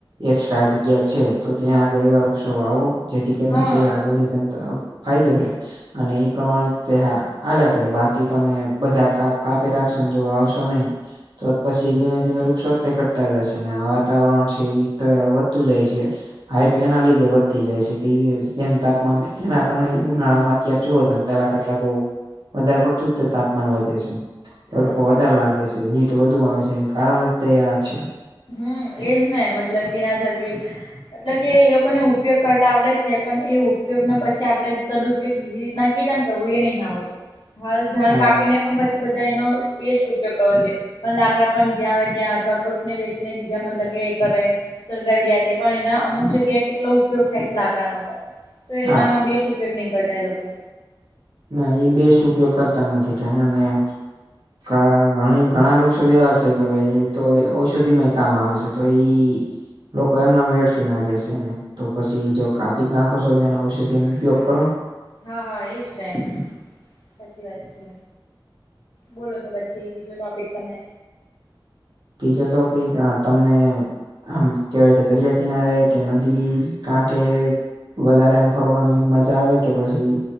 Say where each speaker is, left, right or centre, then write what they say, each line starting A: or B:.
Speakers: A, on the right; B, on the left.
A: એક્સ્ટ્રા
B: હા
A: જગ્યા છે તો ત્યાં આગળ એવા વૃક્ષો વાવો. જેથી કરીને
B: હા
A: છે આગળની જનતા ફાયદો રે. અને એ પ્રમાણે તે હાલા કરે, બાકી તમે બધા કાપે રાખશો ને જો વાવશો નહી. તો પસી ધીમે -ધીમે રુ વૃક્ષો તે ઘટતા જશે ને આ વાતાવરણ છે એ વધતું જાય છે. હાઈપ એના લીધે વધતી જાય છે. કે ઈ જેમ તાપમાન એના કારણે ઉનાળા માં અત્યાર જુઓ તમે. પેલા કરતા બઉ વધારે પડતું જ તે તાપમાન વધે છે. તડકો
B: સાચી
A: વધારે
B: વાત
A: લાગે છે, હીટ વધુ આવે છે, એનુ કારણ જ તે આ છે.
B: હમ્મ, એજને મતલબ એના થકી મતલબ કે એ લોકોને ઉપયોગ કરતા આવડે છે, પણ એ ઉપયોગ ના પછી આપણેે સદ ઉપયોગ કેવી રીતના કેદાન કરવો, એ નહી આવડતું. હાલ ઝાડ
A: હા
B: કાપીને પણ પછી બધા એનો બેસ્ટ ઉપયોગ કરવો જોઈએ. પણ લાકડા પણ જ્યાં આવે ત્યાં અથવા કોઈ ને વેચી ને બીજા મતલબ કે કરે. સળગાવીડ્યા તે પણ એના અમુક જગ્યાએ કેટલો ઉપયોગ થાય છે લાકડાનો પણ. તો એના
A: હા
B: બેસ્ટ ઉપયોગ નહી કરતા એ લોકો.
A: ના એ બેસ્ટ ઉપયોગ કરતા નથી કઈ અને ક ઘણી ઘણા વૃક્ષો તો એવા છે કે ભાઈ તો ઔષધિ માય કામ આવે છે તો ઈ લોકો એમના વેડફી નાખે છે એને. તો પછી જો કાપી જ નાખો છો તેનો ઔષધિ ઉપયોગ કરો.
B: હા હા એજ ને, સાચી વાત છે. બોલો તો પછી બીજો ટોપિક તમે.
A: બીજો ટોપિક આ તમને આમ કેહેવાય કે દરિયા કિનારે કે નદી કાંઠે વધારે એમ ફરવાની મજા આવે કે પછી